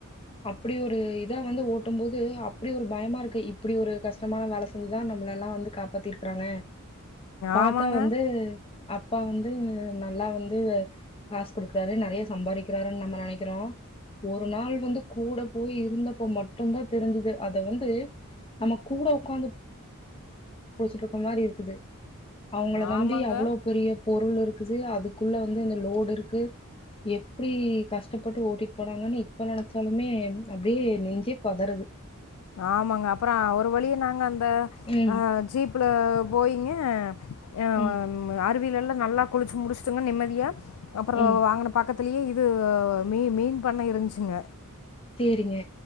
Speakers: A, on the left (about 25°); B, on the left (about 80°).
A: அப் ப்பிடி ஒரு இதா வந்து ஓட்டும் போது அப்பிடி ஒரு பயமா இருக்கு இப்படி ஒரு கஷ்டமான வேல செஞ்சுதா நம்மளல்லா வந்து காப்பாத்திருக்கறாங்க பாத்தா
B: ஆமாங்க
A: வந்து அப்பா வந்து நல்லா வந்து காசு குடுக்கறாரு நறைய சம்பாரிக்கறாருன் நம்ம நெனைக்கிறோ ஒரு நாள் வந்து கூட போய் இருந்தப்ப மட்டுந்தா தெரிஞ்சுது அத வந்து நம்ம கூட உக்கா இருக்க மாரி இருக்குது அவங்கள நம்பி
B: ஆமாங்க
A: அவ்ளோ பெரிய பொருள் இருக் க்குது அதுக்குள்ள வந்து இந்த லோடு இருக்கு எப்டி கஷ்டப்பட்டு ஓட்டிட்டு போனாங்கன்னு இப்ப நெனப் சாலுமே அப்டியே நெஞ்சே பதறது
B: ஆமாங்க அப்றோ ஒரு வழிய நாங்க அந்த
A: ம்
B: ந்த ஜீப்ல போய்ங்க ஆ
A: ம்
B: அருவில எல்லாம் நல்லா குளிச்சு முடிச்சுட்டுங்க நிம்மதியா அப்றோ
A: ம்
B: அங்கன பக்க த்லயே இது மீ மீன் பண்ண இருந்துச்சுங்க
A: சேரிங்க